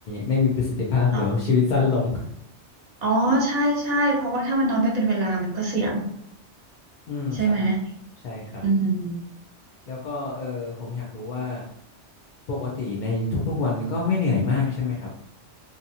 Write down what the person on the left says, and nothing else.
ไม่มีประสิทธิภาพเดี๋ยวชีวิตสั้นลง
อืมครับ
ใช่ครับ
แล้วก็เออผมอยากรู้ว่าปกติในทุกๆวันก็ไม่เหนื่อยมากใช่ไหมครับ